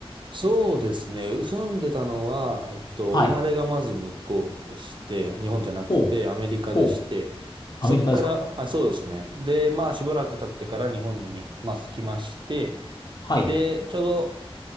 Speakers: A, on the right (about 50°); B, on the left (about 45°).
A: そうですね。住んでたのは、えっと、
B: はい。
A: 生まれがまず向こうでして、日本じゃなくてアメリカでして、
B: ほう、ほう。アメリカですか
A: そっから、はい、そうですね。で、まあ、しばらく経ってから日本に、まあ、来まして、
B: はい。
A: で、ちょうど、